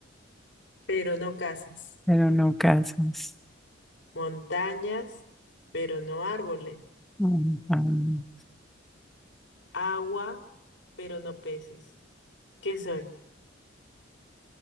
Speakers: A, on the left; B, in the centre.
A: Pero no casas.
B: pero no casas.
A: Montañas, pero no árboles.
B: Mm, mm.
A: Agua, pero no peces. ¿Qué soy?